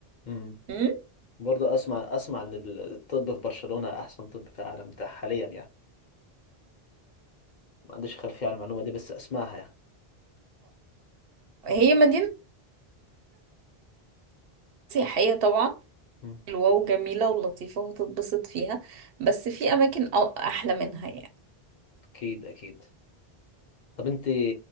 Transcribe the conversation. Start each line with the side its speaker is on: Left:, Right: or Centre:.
Left: إمم.
Right: مم؟
Left: برضه اسمع اسمع ان ال- الطب في برشلونة احسن طب في العالم تا- حاليا يعني ما عنديش خلفية على المعلومة دي بس اسمعها يعني
Right: هي مدينة سياحية طبعا
Left: مم.
Right: حلوة وجميلة ولطيفة وهتتبسط فيها بس في أماكن أ- أحلى منها يعني
Left: اكيد اكيد طب انت آه،